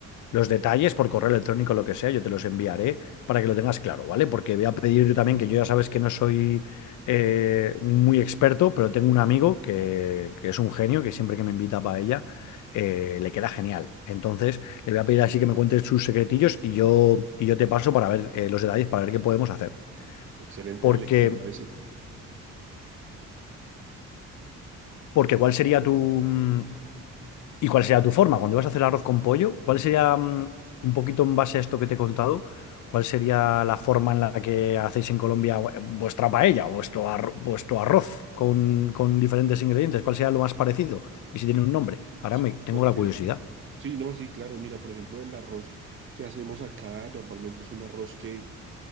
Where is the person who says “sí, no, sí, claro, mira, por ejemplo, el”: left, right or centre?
Right